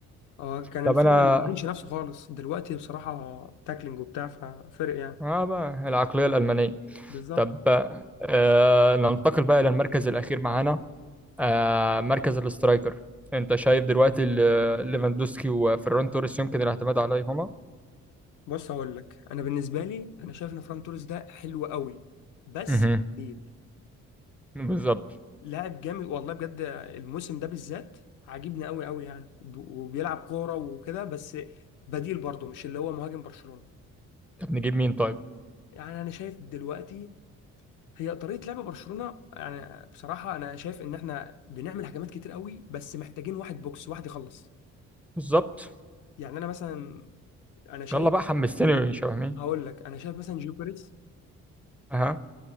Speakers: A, on the left; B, in the centre.
A: هو كان
B: طب
A: الفكرة
B: انا
A: ما بيعينش نفسه خالص دلوقتي بصراحة تاكلينج وبتاع ففرق يعني
B: اه بقى العقليه الالمانيه
A: بالظبط
B: طب آه ننتقل بقى الى المركز الاخير معانا آه مركز الاسترايكر انت شايف دلوقتي ال- ليفاندوسكي وفيران توريس يمكن الاعتماد عليهما
A: بص هقول لك انا بالنسبه لي انا شايف ان فران توريس ده حلو قوي بس
B: مهم.
A: تقيل
B: بالظبط
A: لاعب جامد والله بجد الموسم ده بالذات عاجبني قوي قوي يعني ب- وبيلعب كوره وكده بس بديل برضه مش اللي هو مهاجم برشلونه
B: طب نجيب مين طيب
A: يعني انا شايف دلوقتي هي طريقه لعب برشلونه يعني بصراحه انا شايف ان احنا بنعمل هجمات كتير قوي بس محتاجين واحد بوكس واحد يخلص
B: بالظبط
A: يعني انا مثلا انا شايف
B: يلا بقى حمستني
A: مثلا
B: شبه مين
A: هقول لك انا شايف مثلا جيوكريس
B: اها